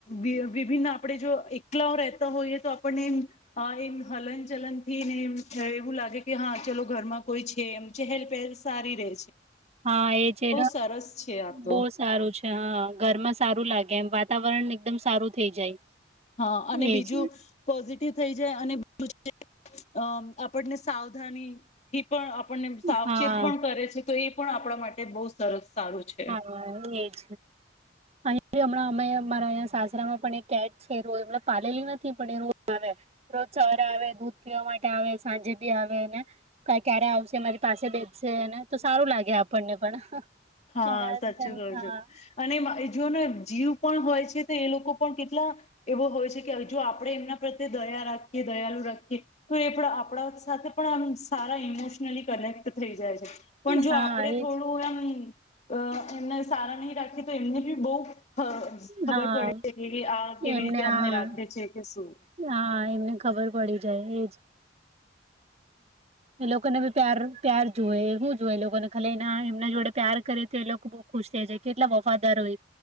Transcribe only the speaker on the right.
હા એ છે
બો સારું છે. હા ઘરમાં સારું લાગે એમ વાત વાતાવરણ એકદમ સારું થઈ જાય.
એજ.
હા
હા એજ અહીં હમણાં. અમે મારે અહીંયા સાસરામાં પણ એક કેટ છે. રોજ મતલબ પાલેલી નથી પણ એ રોજ આવે. રોજ સવારે આવે. દૂધ પીવા માટે આવે, સાંજે બી આવે, ને ક્યાં ક્યારે આવશે મારી પાસે બેશશે ને. તો સારું લાગે આપણને પણ.
એના
હા
હા
એજ
હા
એમને
હા
હા, એમને ખબર પડી જાય. એજ. એ લોકોને બી પ્યાર પ્યાર જોઈએ હું જોએ એ લોકોને ખાલી એના એમના જોડે પ્યાર કરે તો એ લોકો બો ખુશ થઈ જાય. કેટલા વફાદાર હોય.